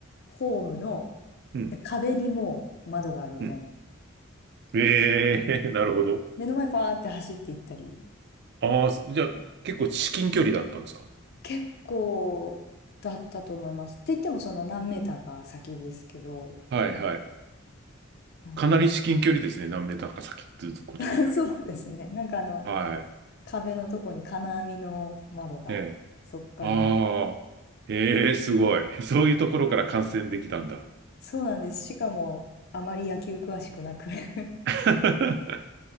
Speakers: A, on the left; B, on the right.
A: ホームの
B: うん、
A: 壁にもう窓があるみたいな。
B: うん。ええ、<laughs> なるほど。
A: 目の前ファーって走っていったり、
B: ああ、じゃあ結構至近距離だったんですか
A: 結構だったと思います。って言っても、その何メーターか先ですけど、
B: はいはい。
A: なんか、
B: かなり至近距離ですね。何メーターか先っていうことであれば。
A: <laughs> そうですね、なんかあの、
B: はい。
A: 壁のとこに金網の窓が、
B: ええ。
A: そこから見て
B: ああ。ええ、すごい。<laughs> そういうところから感染できたんだ。
A: そうなんです。しかも、あまり野球詳しくなく <laughs>
B: <laughs>